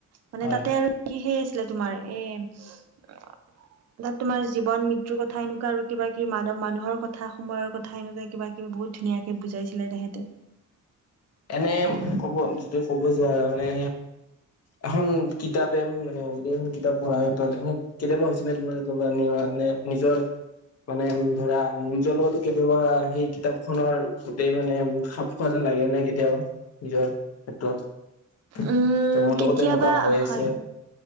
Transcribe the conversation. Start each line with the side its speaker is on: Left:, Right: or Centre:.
Right: মানে
Left: হয়
Right: তাতে আৰু কি সেই আছিলে তোমাৰ এই তাত তোমাৰ জীৱন মৃত্যুৰ কথা এনেকুৱা আৰু কিবা কিব মানৱ মানুহৰ কথা সময়ৰ কথা এনেকুৱা কিবাকিবি বহুত ধুনীয়াকে বুজাইছিলে তেখেতে।
Left: এনে ক'ব যিটো ক'ব যে মানে এখন কিতাপে মানে যদি এখন কিতাপ পঢ়া হয়। তাত তোমি কেতিয়াবা হৈ হৈছে নে তোমাৰ নিজৰ মানে ধৰা নিজৰ লগতো কেতিয়াবা। সেই কিতাপ খনৰ গোটেই মানে খাপ। হয় যেন লাগে নে কেতিয়াবা নিজৰ ক্ষেত্ৰত। যে
Right: উম
Left: মোৰ
Right: কেতিয়াবা
Left: লগত এনেকুৱা হৈ আছে।
Right: হয়